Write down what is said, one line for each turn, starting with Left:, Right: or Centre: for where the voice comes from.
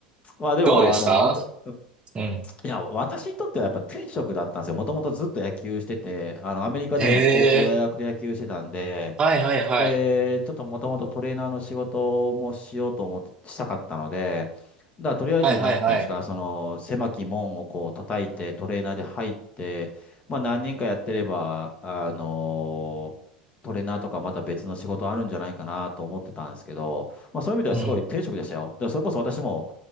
Left: まあでも、
Right: どうでした
Left: あの、わた、
Right: うん。
Left: いや、私にとってはやっぱ天職だったんですよ。もともとずっと野球してて、あの、アメリカでも高校、
Right: ええ
Left: 大学で野球してたんで、
Right: はいはいはい。
Left: で、ちょっともともとトレーナーの仕事もしようと思って、したかったので、だからとりあえず、
Right: はいはいはい。
Left: なんていうんですか、その、狭き門をこう叩いて、トレーナーで入って、まあ何年かやってれば、あのトレーナーとかまた別の仕事あるんじゃないかなと思ってたんですけど、まあそういう意味ではすごい天職でしたよ。
Right: うん。
Left: だからそれこそ私も、